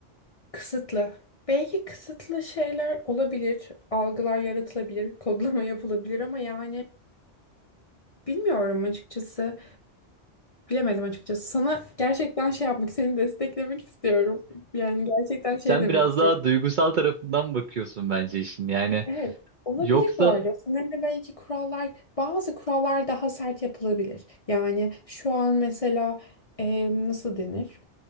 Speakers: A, on the left; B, on the right.
A: kısıtlı. Belki kısıtlı şeyler olabilir, algılar yaratılabilir, kodlama yapılabilir ama yani bilmiyorum açıkçası, bilemedim açıkçası. Sana gerçekten şey yapmak, seni desteklemek istiyorum. Yani gerçekten şey
B: Sen
A: demek
B: biraz
A: istiyorum.
B: daha duygusal tarafından bakıyorsun bence işin. Yani
A: Evet, olabilir
B: Yoksa
A: bu arada. Sanırım belki kurallar, bazı kurallar daha sert yapılabilir. Yani şu an mesela e, nasıl denir?